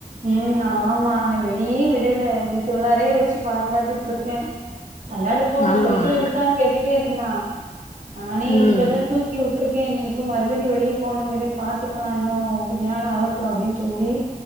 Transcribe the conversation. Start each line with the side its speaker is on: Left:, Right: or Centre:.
Right: உம் ஆமா நா வெளியே விடல வீட்டு உள்ளாரேயே வச்சு பாதுகாத்துட்ருக்கே வேளாட போணு
Left: ஆமா
Right: சைக்கிள் எடுத்தான்னு
Left: ந-
Right: கேட்டுட்டே இருந்தா நானே
Left: ம்
Right: இப்பதா தூக்கி வுட் ட்ருக்கே நீ இப்ப மறுபடி வெளியே போகணுங்கிறே பாத்துக்கலா இன்னு கொஞ்ச நாள் ஆகட்டு அப்டின்னு சொல்லி